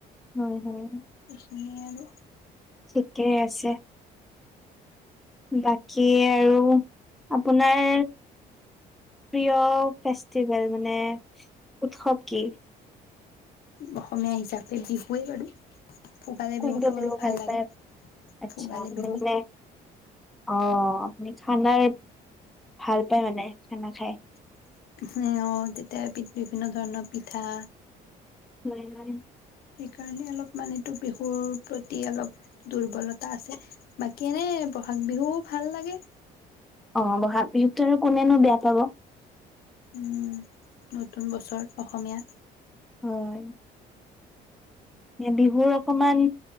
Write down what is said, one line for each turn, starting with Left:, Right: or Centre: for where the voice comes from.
Centre: হয়, হয়।
Left: এইখিনি আৰু
Centre: ঠিকেই আছে, বাকী আৰু আপোনাৰ প্ৰিয় ফেষ্টিভেল মানে উৎসৱ কি?
Left: অসমীয়া হিচাপে বিহুৱেই বাৰু। ভোগালী
Centre: কোনটো
Left: বিহুতটো
Centre: বিহু
Left: অলপ ভাল লাগে,
Centre: পায় আচ্ছা
Left: ভোগালী
Centre: আপুনি
Left: বিহু।
Centre: মানে অ', আপুনি খানাৰ ভাল পায় মানে, খানা খাই।
Left: <unintelligible> অ' দে তাতে <unintelligible> বিভিন্ন ধৰণৰ পিঠা
Centre: হয়--হয়।
Left: কাৰণে, অলপমান এইটো বিহুৰ প্ৰতি অলপ দুৰ্বলতা আছে। বাকী এনেই বহাগ বিহু ভাল লাগে।
Centre: অ', ব'হাগ বিহুততো আৰু কোনেনো বেয়া পাব?
Left: উম্, নতুন বছৰ, অসমীয়া
Centre: হয়। বিহুৰ অকণমান